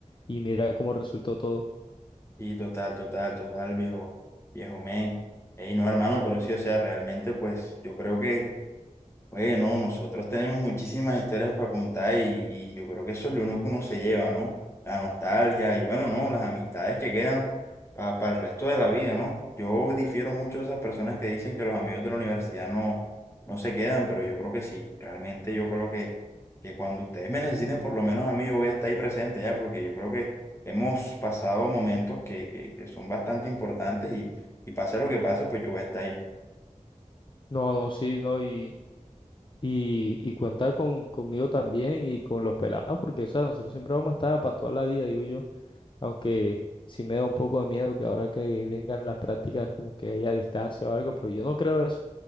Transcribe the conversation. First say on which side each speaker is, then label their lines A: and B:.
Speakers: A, on the left (about 40°); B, on the left (about 20°).
A: Y mira cómo resultó todo.
B: Sí, total, total, total, viejo, viejo men. Ey, no, hermano, pero sí, o sea, realmente, pues, yo creo que Oye, no, nosotros tenemos muchísimas historias para contar y, y yo creo que eso es lo único que uno se lleva, ¿no? La nostalgia y bueno, ¿no? Las amistades que quedan para el resto de la vida, ¿no? Yo difiero mucho de esas personas que dicen que los amigos de la universidad no, no se quedan, pero yo creo que sí. Realmente yo creo que, que cuando ustedes me necesiten, por lo menos a mí, yo voy a estar ahí presente ya, porque yo creo que hemos pasado momentos que, que, que son bastante importantes y, y pase lo que pase, pues yo voy a estar ahí.
A: No, no, sí, no, y, y, y cuenta con, conmigo también y con los pelados, porque, o sea, nosotros siempre vamos a estar para toda la vida, digo yo, aunque... Sí me da un poco de miedo que ahora que vengan las prácticas como que haya distancia o algo, pero yo no creo eso.